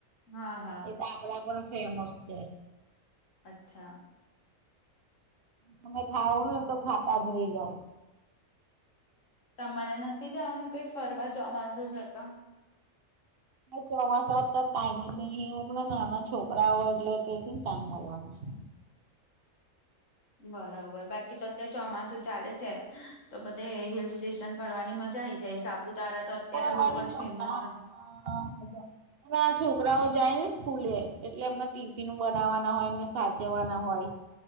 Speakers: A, on the left (about 70°); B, on the right (about 50°).
A: હા હા.
B: એ તો આપડા પણ ફેમસ છે.
A: અચ્છા.
B: તમે ખાવો ને તો ખાતા જ રહી જાવ.
A: તમારે નથી જવાનું કઈ ફરવા જવાજુ <unintelligible> જતા
B: ચોમાસા ત- <unintelligible> ટાઈમ જ નહીને નાના છોકરા હોય એટલે તેથી ને ટાઈમ મળવાનો છે
A: બરાબર બાકી તો અત્યારે ચોમાસું ચાલે છે તો બધે હિલ સ્ટેશન ફરવાની મજા આ આવી જાય સાપુતારા તો અત્યારે
B: મજા
A: બહુ જ ફેમસ
B: હ
A: છે.
B: મજા છોકરાઓ જાય ને સ્કૂલે એટલે એમના ટિફિન બનાવવાના હોય એમને સાચવવાના હોય